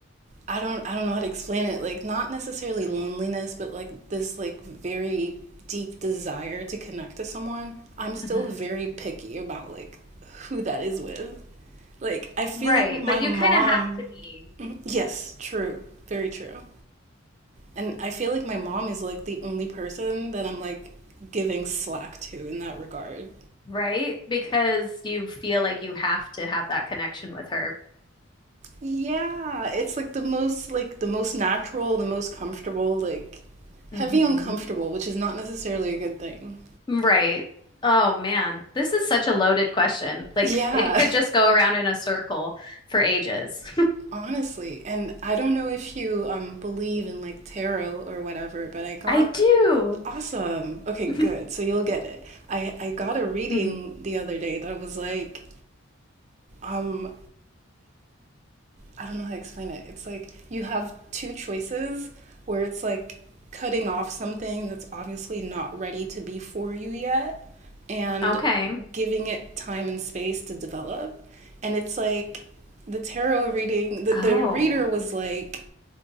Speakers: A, on the right; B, on the left.
A: I don't I don't know how to explain it. Like not necessarily loneliness, but like this like very deep desire to connect to someone. I'm still
B: hmm
A: very picky about like who that is with. Like I feel
B: Right.
A: like my
B: But you
A: mom
B: kind of have to be,
A: Mhm. Yes, true. Very true. And I feel like my mom is like the only person that I'm like giving slack to in that regard.
B: right? Because you feel like you have to have that connection with her.
A: Yeah, it's like the most like the most natural, the most comfortable, like heavy
B: hmm
A: uncomfortable, which is not necessarily a good thing.
B: Right. Oh man, this is such a loaded question. Like
A: Yeah,
B: it could just go around in a circle for ages.
A: <laughs> honestly. And I don't know if you um believe in like tarot or whatever, but
B: <laughs>
A: I got
B: I do.
A: awesome. Okay,
B: <laughs>
A: good. So you'll get it. I I got a reading
B: Mhm.
A: the other day that was like um, I don't know how to explain it. It's like you have two choices where it's like cutting off something that's obviously not ready to be for you yet and
B: Okay.
A: giving it time and space to develop. And it's like the tarot reading, the,
B: Oh.
A: the reader was like,